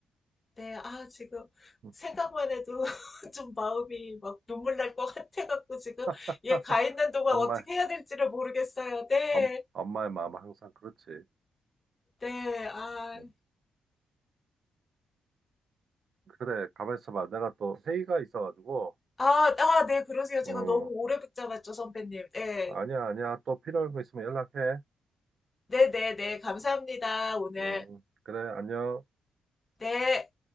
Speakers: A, on the left (about 30°); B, on the right (about 60°).
A: 네. 아, 지금
B: 응.
A: 생각만 해도 <laughs> 좀 마음이 막 눈물 날 것 같아갖고 지금
B: <laughs>
A: 얘 가 있는 동안
B: 엄마,
A: 어떻게 해야 될지를 모르겠어요. 네,
B: 엄, 엄마의 마음 은 항상 그렇지.
A: 네, 아,
B: 응. 그래, 가만 있어봐. 내가 또 회의가 있어가지고.
A: 아, 아, 네, 그러세요. 제가
B: 음,
A: 너무 오래 붙잡았죠, 선배님. 네,
B: 아니야, 아니야. 또 필요한 거 있으면 연락해.
A: 네, 네, 네. 감사합니다, 오늘.
B: 음, 그래, 안녕.
A: 네.